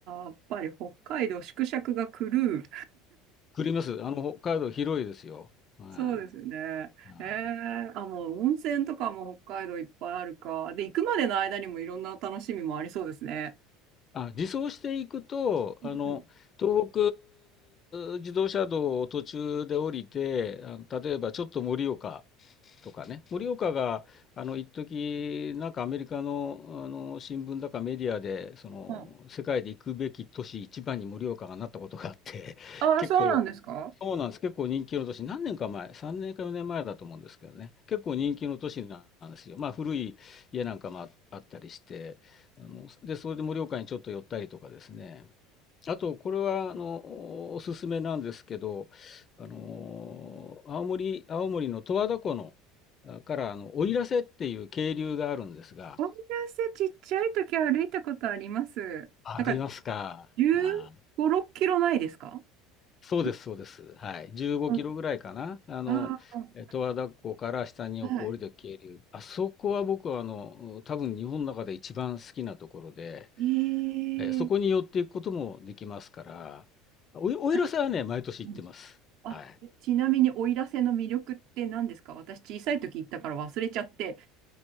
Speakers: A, on the right (about 65°); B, on the left (about 35°).
A: <laughs> あー、やっぱり北海道縮尺が狂う。
B: くります。あの、北海道広いですよ。はい。
A: そうですね。
B: はい
A: ええあ、もう温泉とかも北海道いっぱいあるか。で、行くまでの間にもいろんな楽しみもありそうですね。
B: あ、自走していくと、
A: うん
B: あの、東北自動車道を途中で降りて、あの、例えばちょっと盛岡とかね、盛岡が、あの、一時なんかアメリカの、あの、新聞だかメディアで、その、
A: うん。
B: 世界で行くべき都市一番に盛岡がなったことがあって、
A: ああ、
B: 結構、
A: そうなんですか
B: そうなんです。結構人気の都市。何年か前、3年か4年前だと思うんですけどね。結構人気の都市なんですよ。まあ古い家なんかもああったりして、あの、で、それで盛岡にちょっと寄ったりとかですね。あと、これは、あの、おすすめなんですけど、あの、青森、青森の十和田湖の、あから、あの、奥入瀬っていう渓流があるんですが、
A: 温泉ちっちゃい時歩いたことあります。
B: あ、
A: なんか
B: ありますか。
A: 15、
B: ああ
A: 6キロないですか
B: そうです、
A: あれ
B: そうです。はい。15キロぐらいかな。
A: うん
B: あの、
A: ああ
B: え十和田湖から下にこう降りてく渓流。
A: は
B: あそこは僕はあの、多分日本の中で一番好きなところで、
A: い。
B: えそこに寄っていくこともできますから、
A: ええ
B: お、おいらさんはね、
A: あれ
B: 毎年行ってます。
A: うんあ、
B: はい。
A: ちなみに奥入瀬の魅力って何ですか私小さい時行ったから忘れちゃって。